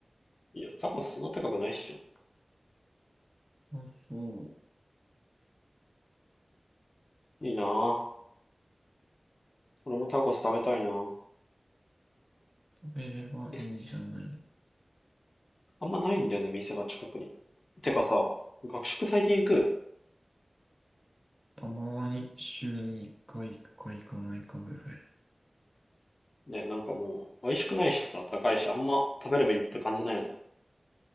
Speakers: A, on the left; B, on the right.
A: いや、タコスそんな高くないっしょ。
B: 高そう。
A: いいなぁ。俺もタコス食べたいな。
B: 食べればいいじゃない。
A: え、あんまないんだよね、店が近くに。てかさ、学食最近食
B: たまに週に1回行くか行かないかぐらい。
A: うね、なんかもう、美味しくないしさ、高いし、あんま食べるメリット感じないよね。